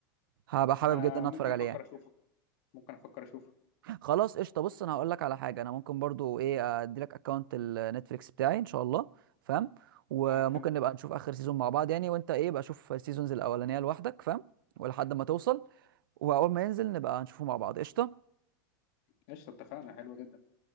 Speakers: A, on the right (about 80°); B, on the left (about 45°).
A: هبقى حابب
B: انا
A: جدا ان
B: ممكن
A: اتفرج عليه
B: افكر
A: يعني
B: اشوفه ممكن افكر اشوفه
A: خلاص قشطه بص انا هقول لك على حاجه انا ممكن برضو ايه ادي لك اكونت النتفليكس بتاعي ان شاء الله فاهم وممكن
B: تمام حلو
A: نبقى نشوف اخر سيزون مع بعض يعني وانت ايه بقى شوف السيزونز الاولانيه لوحدك فاهم ولحد ما توصل واول ما ينزل نبقى نشوفه مع بعض قشطه
B: قشطه اتفقنا حلو جدا